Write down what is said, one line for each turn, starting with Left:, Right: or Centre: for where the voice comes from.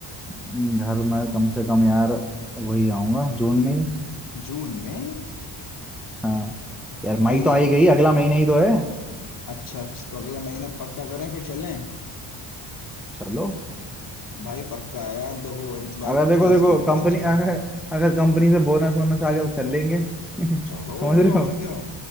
Centre: हम्म, घर में कम से कम यार वही आऊंगा जून में ही
Left: जून में
Centre: हाँ यार
Left: तो भाई
Centre: मई तो आ ही गई अगला महीना ही तो है
Left: अच्छा अच्छा तो अगले महीने पक्का करें फिर चलें
Centre: चलो
Left: भाई पक्का है यार देखो अब इस बार
Centre: अगर देखो
Left: कैंसिल
Centre: देखो
Left: नहीं
Centre: कंपनी
Left: होना चाहिए
Centre: अगर, अगर कंपनी से बोनस वोनस आ गया तो चल लेंगे <laughs> समझ
Left: चलो फिर
Centre: रहे
Left: और
Centre: हो
Left: क्या